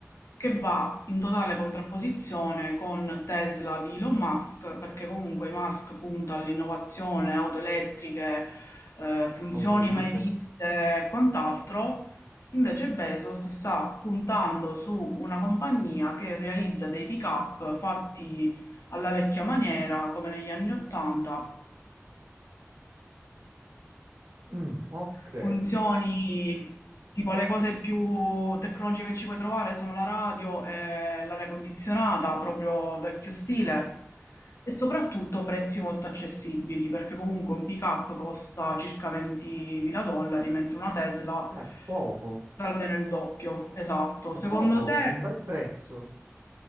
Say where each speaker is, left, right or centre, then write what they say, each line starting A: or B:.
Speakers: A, on the left (about 70°); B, on the right (about 75°).
A: che va in totale contrapposizione con Tesla di Elon Musk, perché comunque Musk punta all'innovazione, auto elettriche, eh, funzioni
B: Autoguida.
A: mai viste e quant'altro. Invece Bezos sta puntando su una compagnia che realizza dei pick-up fatti alla vecchia maniera, come negli anni Ottanta,
B: Mm, ok,
A: Funzioni, tipo le cose più tecnologiche che ci puoi trovare sono la radio e l'aria condizionata, proprio vecchio stile, e soprattutto prezzi molto accessibili, perché comunque un pick-up costa circa 20.000 dollari, mentre una Tesla
B: è poco,
A: costa almeno il doppio. Esatto.
B: è
A: Secondo
B: poco,
A: te
B: un bel prezzo.